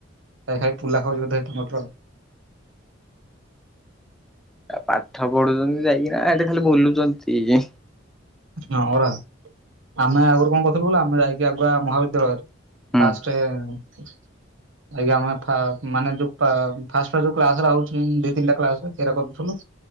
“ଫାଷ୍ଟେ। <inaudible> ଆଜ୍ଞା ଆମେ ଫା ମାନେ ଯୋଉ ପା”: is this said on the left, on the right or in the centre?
Right